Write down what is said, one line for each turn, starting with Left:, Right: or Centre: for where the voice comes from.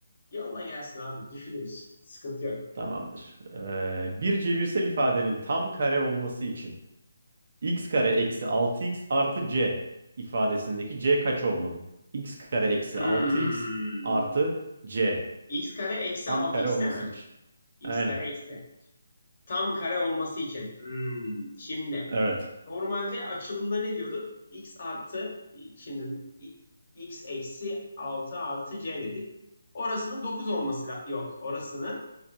Left: Yolla gelsin abi. Düşünürüz. Sıkıntı yok.
Right: Tamamdır. Ee, bir cebirsel ifadenin tam kare olması için x kare eksi 6x artı c ifadesindeki c kaç olmalı? x kare eksi
Left: Hmm.
Right: 6x artı c
Left: X kare eksi
Right: tam
Left: 6x
Right: kare olması
Left: değil mi?
Right: için.
Left: X
Right: Aynen.
Left: kare eksi. Tam kare olması için. Hmm. Şimdi
Right: Evet.
Left: normalde açılımda ne diyorduk? X artı şimdi i- x eksi 6 artı c dedik. Orasının 9 olması la- yok. Orasının